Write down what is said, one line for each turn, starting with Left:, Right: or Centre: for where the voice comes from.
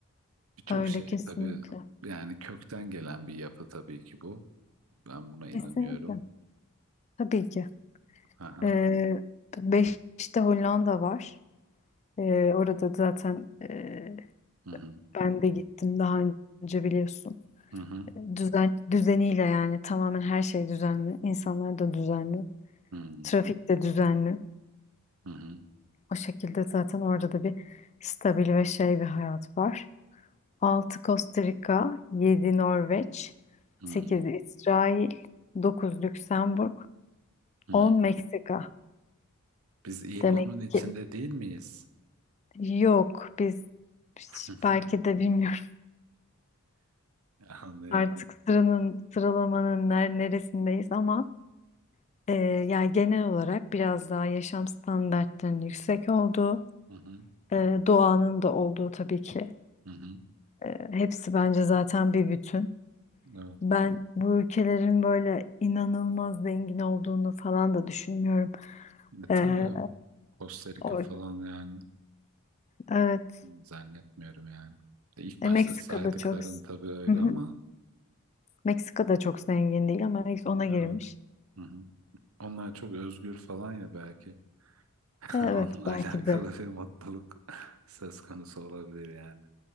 Right: Birçok
Left: öyle
Right: şey
Left: kesinlikle.
Right: tabii yani kökten gelen bir yapı tabii ki bu. Ben buna
Left: Kesinlikle.
Right: inanıyorum.
Left: Tabii ki.
Right: Aha.
Left: Ee, Beşiktaş'ta Hollanda var. Ee, orada zaten e,
Right: Hı hı.
Left: ben de gittim daha önce biliyorsun.
Right: Hı hı.
Left: Düzen, düzeniyle yani tamamen her şey düzenli. İnsanlar da düzenli.
Right: Hı hı.
Left: Trafik de düzenli.
Right: Hı hı.
Left: O şekilde zaten orada da bir stabil ve şey bir hayat var. 6 Costa Rica, 7 Norveç,
Right: Hı
Left: 8
Right: hı.
Left: İsrail, 9 Lüksemburg,
Right: Hı
Left: 10
Right: hı.
Left: Meksika.
Right: Biz ilk
Left: Demek
Right: onun içinde
Left: ki
Right: değil miyiz?
Left: yok biz hiç-
Right: <laughs>
Left: belki de bilmiyorum
Right: Anlıyorum.
Left: <laughs> artık sıranın sıralamanın ner- neresindeyiz ama e, yani genel olarak biraz daha yaşam standartlarının yüksek olduğu,
Right: Hı hı.
Left: e, doğanın da olduğu tabii ki
Right: Hı hı.
Left: e, hepsi bence zaten bir bütün.
Right: Evet.
Left: Ben bu ülkelerin böyle inanılmaz zengin olduğunu falan da düşünmüyorum.
Right: E,
Left: Ee,
Right: tabii Costa Rica
Left: o,
Right: falan yani
Left: evet,
Right: zannetmiyorum yani. E, İlk
Left: e,
Right: başta
Left: Meksika'da
Right: saydıkların
Left: çok
Right: tabii öyle
Left: Hı hı.
Right: ama
Left: Meksika'da çok zengin değil ama ilk ona girmiş.
Right: evet. Hı hı. Onlar çok özgür falan ya belki. <laughs>
Left: E, Evet,
Right: Onunla
Left: belki
Right: alakalı
Left: de
Right: bir mutluluk <laughs> söz konusu olabilir yani.